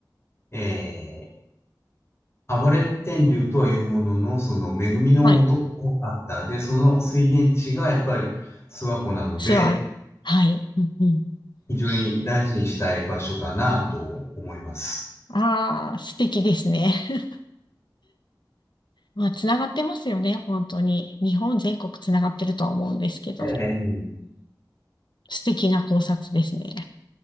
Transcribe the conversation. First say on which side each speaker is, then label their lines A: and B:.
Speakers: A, on the left; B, on the left.
A: えー暴れ天竜とはいうものの、その恵みのう元もあった。
B: はい。
A: で、その水源地がやっぱり諏訪湖なので、
B: ツアー。はい。うん、うん。
A: 非常に大事にしたい場所だなと思います。
B: ああ、素敵ですね。<laughs> まあ、つながってますよね。本当に。日本全国つながってるとは思うんですけど。
A: ええ、うん、
B: 素敵な考察ですね。